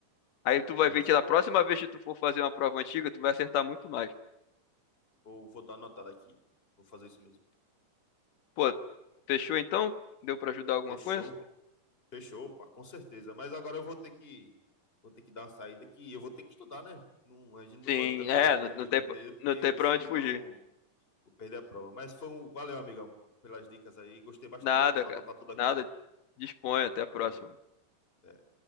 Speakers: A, on the left; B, on the left.
A: Aí tu
B: Beleza.
A: vai ver que da próxima vez que tu for fazer uma prova antiga, tu vai acertar muito mais.
B: Vou, vou dar anotada aqui. Vou fazer isso mesmo.
A: Pô, fechou então? Deu pra ajudar alguma
B: Fechou.
A: coisa?
B: Fechou, pá, com certeza. Mas agora eu vou ter que, vou ter que dar uma saída que eu vou ter que estudar, né? Não, a gente não
A: Sim,
B: pode ficar conversando
A: é, não,
B: aqui
A: não
B: o
A: tem,
B: dia inteiro, porque
A: não tem pra
B: senão
A: onde fugir.
B: vou perder a prova. Mas foi um, valeu, amigão, pelas dicas aí. Gostei bastante.
A: Nada,
B: Vou
A: cara.
B: anotar tudo aqui.
A: Nada. Disponha, até a
B: Valeu.
A: próxima.
B: Até.